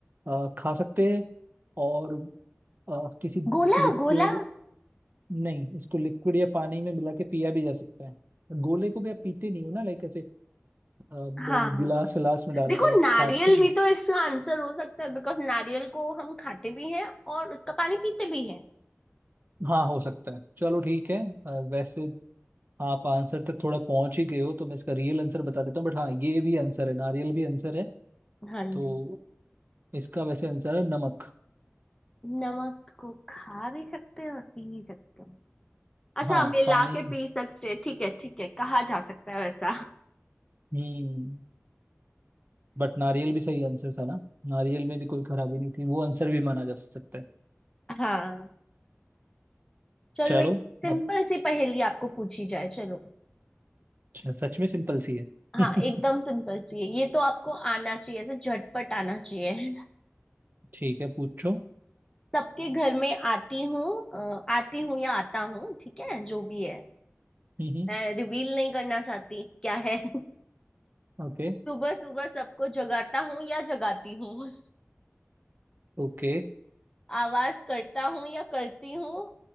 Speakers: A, on the right (about 45°); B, on the left (about 15°).
A: अ, खा सकते हैं और अ, किसी
B: गोला
A: लिक्विड
B: गोला
A: नहीं इसको लिक्विड या पानी में मिला के पिया भी जा सकता है गोले को भी आप पीते नहीं हो ना लाइक ऐसे अ, ब-
B: हाँ हाँ।
A: गिलास विलास में डाल
B: देखो
A: के आप
B: नारियल
A: खाते ही
B: भी तो इसका आंसर हो सकता है बिकॉज नारियल को हम खाते भी हैं और उसका पानी पीते भी हैं
A: हाँ हो सकता है चलो ठीक है अ, वैसे आप आंसर तक थोड़ा पहुंच ही गए हो तो मैं इसका रियल आंसर बता देता हूँ बट हाँ ये भी आंसर है नारियल भी आंसर है
B: हाँ
A: तो
B: जी
A: इसका वैसे आंसर है नमक
B: नमक को खा भी सकते हैं और पी भी सकते हैं अच्छा
A: हाँ
B: हम मिला
A: पानी
B: के पी सकते हैं ठीक है ठीक है कहा जा सकता है वैसा
A: हम्म बट नारियल भी सही आंसर था ना नारियल में भी कोई खराबी नहीं थी वो आंसर भी माना जा सकता है
B: हाँ चलो
A: चलो
B: एक सिंपल
A: अब
B: सी पहेली आपको पूछी जाए चलो
A: छ- सच में सिंपल सी है
B: हाँ
A: <laughs>
B: एकदम सिंपल सी है ये तो आपको आना चाहिए ऐसे झटपट आना चाहिए
A: ठीक है पूछो
B: <laughs> सबके घर में आती हूँ अ, आती हूँ या आता हूँ ठीक है जो भी है
A: हम्म
B: मैं रिवील नहीं करना चाहती क्या है <laughs>
A: ओके
B: सुबह सुबह सबको जगाता हूँ या जगाती हूँ
A: ओके
B: आवाज करता हूँ या करती हूँ